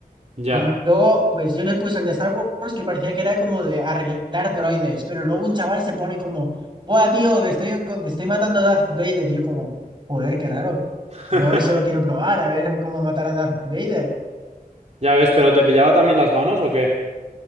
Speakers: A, on the right; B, on the right.
A: Ya.
B: Y luego, pues yo les puse el de Star Wars que parecía que era como de arreglar droides, pero luego un chaval se pone como, ¡Buah, tío, que estoy, co- que estoy matando a Darth Vader! Y yo como, joder, qué raro.
A: <laughs>
B: Yo eso lo quiero probar, a ver cómo matar a Darth Vader.
A: Ya ves, pero ¿te pillaba también las manos o qué?